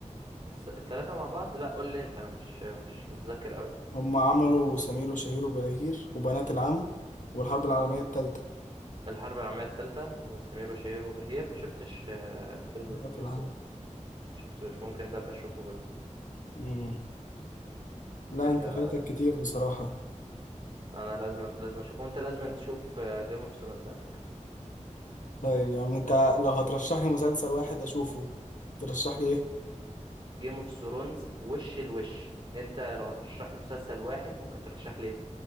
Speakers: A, on the right; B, on the left.
A: الس- التلاته مع بعض لا قول لي انت انا مش مش متذكر قوي
B: هم عملوا سمير وشهير وبهير وبنات العم والحرب العالمية التالتة
A: الحرب العالميه التالته وسمير وشهير وبهير ما شفتش آه الفيلم
B: بنات
A: اللي في النص
B: العم
A: ده شفتوش ممكن ده ابقى اشوفه برضه
B: مم.
A: دي
B: لا
A: فكره
B: أنت فايتك كتير
A: كويسه
B: بصراحة
A: انا لازم لازم اشوفه وانت لازم تشوف جيم اوف ثرونز على فكره
B: طيب يا عم انت لو هترشح لي مسلسل واحد اشوفه ترشح لي ايه
A: جيم اوف ثرونز وش الوش انت لو هترشح لي مسلسل واحد ممكن ترشح لي إيه؟